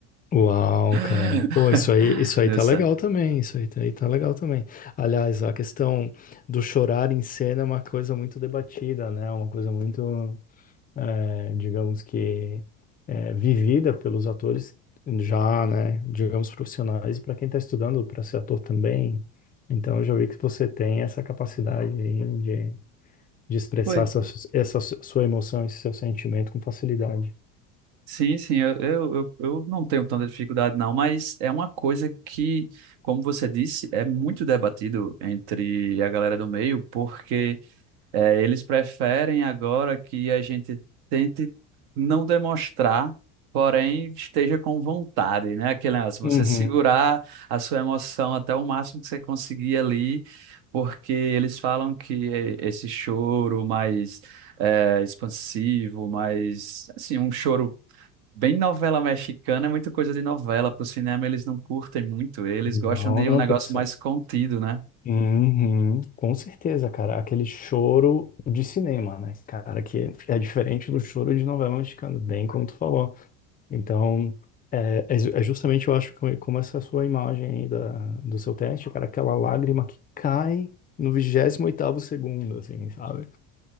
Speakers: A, on the left; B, on the right.
A: Uau,
B: <laughs>
A: cara. Pô, isso aí, isso aí
B: Deu
A: tá
B: certo.
A: legal também. Isso aí tá, aí tá legal também. Aliás, a questão do chorar em cena é uma coisa muito debatida, né? Uma coisa muito. eh, digamos que eh, vivida pelos atores já, né, digamos profissionais, e para quem está estudando para ser ator também. Então, eu já vi que você tem essa capacidade aí de, de expressar
B: Pois.
A: essa, su- essa su- sua emoção, esse seu sentimento com facilidade.
B: Sim, sim, eu, eu, eu, eu não tenho tanta dificuldade, não, mas é uma coisa que, como você disse, é muito debatido entre a galera do meio, porque. É, eles preferem agora que a gente tente não demonstrar, porém esteja com vontade, né? Aquele negócio, você
A: Uhum.
B: segurar a sua emoção até o máximo que você conseguir ali, porque eles falam que e- esse choro mais é, expansivo, mais, assim, um choro bem novela mexicana é muita coisa de novela. Para o cinema eles não curtem muito, eles
A: Não,
B: gostam de
A: não
B: um negócio
A: tem que ser.
B: mais contido, né?
A: Uhum, com certeza, cara. Aquele choro de cinema, né, cara, que é, é diferente do choro de novela mexicana, bem como tu falou. Então, é, é ju- é justamente, eu acho, que como essa sua imagem aí da, do seu teste, cara, aquela lágrima que cai no vigésimo oitavo segundo, assim, sabe?